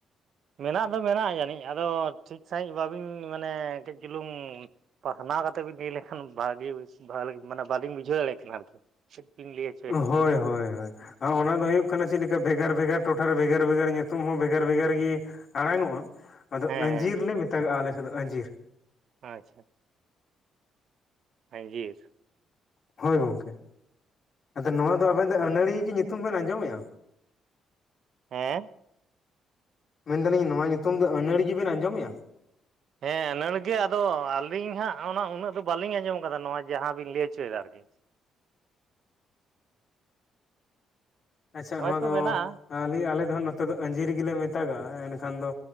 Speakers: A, on the right; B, on the left.
A: ᱢᱮᱱᱟᱜ ᱫᱚ ᱢᱮᱱᱟᱜ-ᱟ ᱡᱟᱹᱱᱤᱡ ᱟᱫᱚ ᱴᱷᱤᱠ ᱥᱟᱹᱦᱤᱡ ᱵᱟᱵᱤᱱ ᱢᱟᱱᱮ ᱠᱟᱹᱡ ᱪᱩᱞᱩᱝ ᱯᱟᱥᱱᱟᱣ ᱠᱟᱛᱮ ᱵᱤᱱ ᱞᱟᱹᱭ ᱞᱮᱠᱷᱟᱱ ᱵᱷᱟᱜᱤ ᱵᱷᱟᱞᱤ ᱢᱟᱱᱮ ᱵᱟᱞᱤᱧ ᱵᱩᱡᱷᱟᱹᱣ ᱫᱟᱲᱮᱜ ᱠᱟᱱᱟ ᱟᱨᱠᱤ ᱾ ᱪᱮᱫ ᱠᱤᱱ ᱞᱟᱹᱭ
B: ᱦᱳᱭ ᱦᱳᱭ ᱦᱳᱭ ᱾ ᱟᱸ ᱚᱱᱟ ᱫᱚ ᱦᱩᱭᱩᱜ ᱠᱟᱱᱟ ᱪᱤᱫ ᱞᱤᱠᱟ ᱵᱷᱮᱜᱟᱨ ᱵᱷᱮᱜᱟᱨ ᱴᱚᱴᱷᱟᱨᱮ ᱵᱷᱮᱜᱟᱨ ᱵᱷᱮᱜᱟᱨ ᱧᱩᱛᱩᱢ ᱦᱚᱸ ᱵᱷᱮᱜᱟᱨ ᱵᱷᱮᱜᱟᱨ ᱜᱤ ᱾ ᱟᱲᱟᱝᱚᱜ-ᱟ ᱟᱫᱚ
A: ᱦᱮᱸ
B: ᱟᱹᱡᱤᱨ
A: ᱦᱮᱸ
B: ᱞᱮ ᱢᱮᱛᱟᱜᱟᱜ-ᱟ ᱟᱞᱮ ᱥᱮᱫ ᱫᱚ ᱟᱹᱡᱤᱨ ᱾
A: ᱟᱪᱪᱷᱟ ᱾ ᱟᱸᱭᱡᱤᱨ
B: ᱦᱳᱭ ᱜᱚᱝᱠᱮ ᱾ ᱟᱫᱚ ᱱᱚᱣᱟ ᱫᱚ ᱟᱵᱮᱱ ᱫᱚ ᱟᱹᱱᱟᱹᱲᱤᱭ ᱜᱤ ᱧᱩᱛᱩᱢ ᱵᱮᱱ ᱟᱸᱡᱚᱢᱮᱜ-ᱟ?
A: ᱦᱮᱸ ᱾
B: ᱢᱮᱱᱫᱟᱞᱤᱧ ᱱᱚᱣᱟ ᱧᱩᱛᱩᱢ ᱫᱚ ᱟᱹᱱᱟᱹᱲᱤ ᱜᱮᱵᱮᱱ ᱟᱸᱡᱚᱢᱮᱜ-ᱟ?
A: ᱦᱮᱸ ᱟᱹᱱᱟᱹᱲᱤᱜᱮ ᱟᱫᱚ ᱟᱹᱞᱤᱧ ᱦᱟᱸᱜ ᱚᱱᱟ ᱩᱱᱟᱹᱜ ᱫᱚ ᱵᱟᱞᱤᱧ ᱟᱸᱡᱚᱢ ᱠᱟᱫᱟ ᱱᱚᱣᱟ ᱡᱟᱦᱟᱸ ᱵᱤᱱ ᱞᱟᱹᱭ ᱦᱚᱪᱚᱭᱮᱫᱟ ᱟᱨᱠᱤ ᱾
B: ᱟᱪᱪᱷᱟ ᱱᱚᱣᱟ
A: ᱦᱳᱭᱛᱳ
B: ᱫᱚ
A: ᱢᱮᱱᱟᱜᱼᱟ
B: ᱟᱹᱞᱤᱧ ᱟᱞᱮ ᱫᱚ ᱦᱟᱸᱜ ᱱᱚᱛᱮ ᱫᱚ ᱟᱹᱡᱤᱨ ᱜᱤᱞᱤ ᱢᱤᱛᱟᱜᱟᱜ-ᱟ ᱮᱱᱠᱷᱟᱱ ᱫᱚ